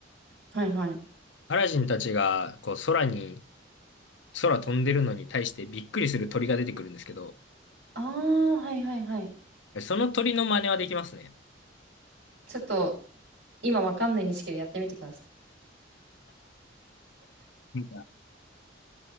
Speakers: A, on the right (about 70°); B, on the left (about 75°).
A: はいはい。
B: アラジンたちがこう空に、空飛んでるのに対してびっくりする鳥が出てくるんですけど、
A: あー、はいはいはい。
B: その鳥の真似はできますね。
A: ちょっと、今わかんないんですけど、やってみてください。
B: なんかって